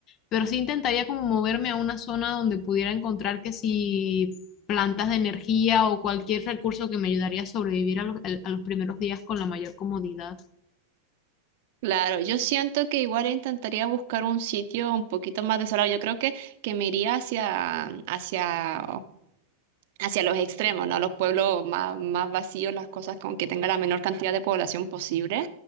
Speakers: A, on the left; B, on the right.
A: pero sí intentaría como moverme a una zona donde pudiera encontrar que si plantas de energía o cualquier recurso que me ayudaría a sobrevivir a los, al- a los primeros días con la mayor comodidad.
B: Claro, yo siento que igual intentaría buscar un sitio un poquito más desolado. Yo creo que que me iría hacia, hacia hacia los extremos, ¿no? Los pueblos más, más vacíos, las cosas con que tenga la menor cantidad de población posible,